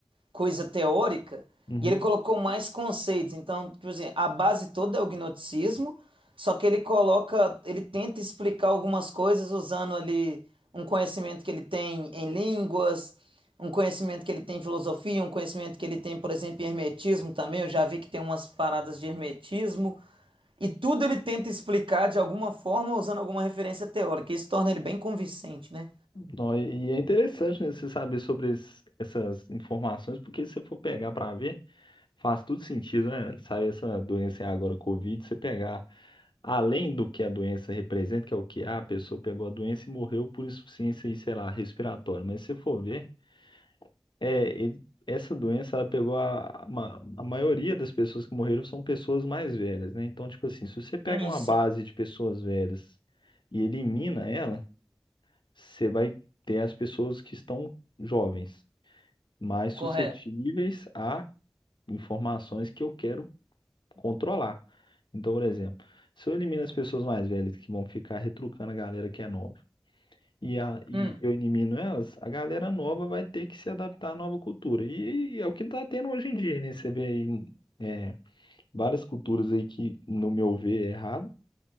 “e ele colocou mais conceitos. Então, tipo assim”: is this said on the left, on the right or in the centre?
Right